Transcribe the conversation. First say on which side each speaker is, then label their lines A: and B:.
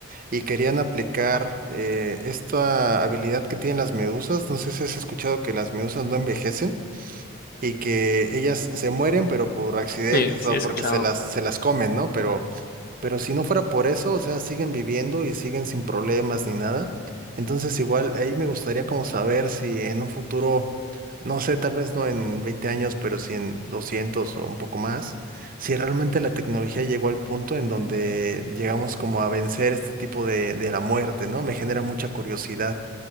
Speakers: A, on the right; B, on the left.
A: y querían aplicar eh, esta habilidad que tienen las medusas, no sé si has escuchado que las medusas no envejecen y que ellas se mueren, pero por accidentes
B: Sí, sí,
A: o
B: he escuchado.
A: porque se las, se las comen, ¿no? Pero, pero si no fuera por eso, o sea, siguen viviendo y siguen sin problemas ni nada. Entonces, igual ahí me gustaría como saber si en un futuro, no sé, tal vez no en 20 años, pero si en 200 o un poco más, si realmente la tecnología llegó al punto en donde llegamos como a vencer este tipo de, de la muerte, ¿no? Me genera mucha curiosidad.